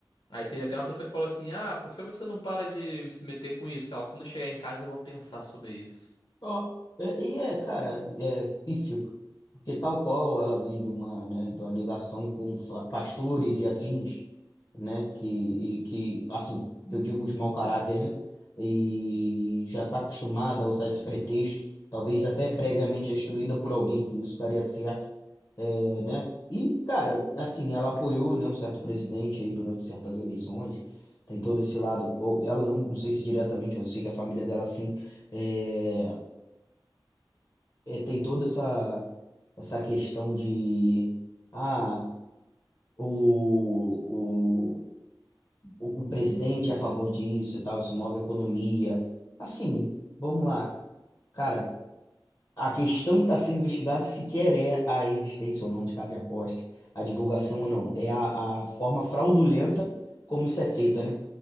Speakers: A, on the left; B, on the left.
A: Aí teve até uma pessoa que falou assim: Ah, por que você não para de se meter com isso? Ela, quando eu chegar em casa, eu vou pensar sobre isso.
B: Ó, é- e é, cara, é pífio, porque tal qual ela vem de uma, né, de uma ligação com fla- pastores e afins, né, que, e que, assim, eu digo os mau caráter, né, e já está acostumada a usar esse pretexto, talvez até previamente instruída por alguém que isso daria certo, é, né, e, cara, assim, ela apoiou, né, um certo presidente aí durante certas eleições, tem todo esse lado, ou ela não, não sei se diretamente, mas eu sei que a família dela, sim, é, eh, tem toda essa, essa questão de ah, o, o, o o presidente é a favor disso e tal, isso move a economia. Assim, vamos lá. Cara, a questão que está sendo investigada sequer é a existência ou não de casa de aposta, a divulgação ou não. É a, a forma fraudulenta como isso é feita, né?